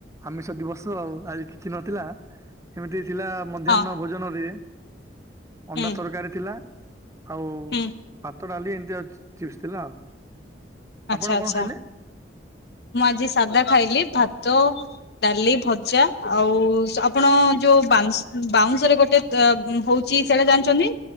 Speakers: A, on the right (about 15°); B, on the left (about 60°).
A: ଆମିଷ ଦିବସ ଆଉ ଆଜି କିଛି ନଥିଲା ଏମିତି ଥିଲା ମଧ୍ୟାହ୍ନ
B: ହଁ
A: ଭୋଜନରେ
B: ହୁଁ
A: ଅଣ୍ଡା ତରକାରୀ ଥିଲା। ଆଉ
B: ହୁଁ
A: ଭାତ ଡ଼ାଲି ଏମିତି ଆଉ ଚି ଚିପ୍ସ ଥିଲା ଆଉ
B: ଆଚ୍ଛା
A: ଆପଣ
B: ଆଚ୍ଛା
A: କଣ ଖାଇଲେ?
B: ମୁଁ ଆଜି ସାଦା ଖାଇଲି ଭାତ ଡ଼ାଲି ଭଜା। ଆଉ ସ ଆପଣ ଯୋଉ ବାଂଶ୍ ବାଉଁଶରେ ଗୋଟେ ତ ହଉଛି ସେଟା ଜାଣିଚନ୍ତି?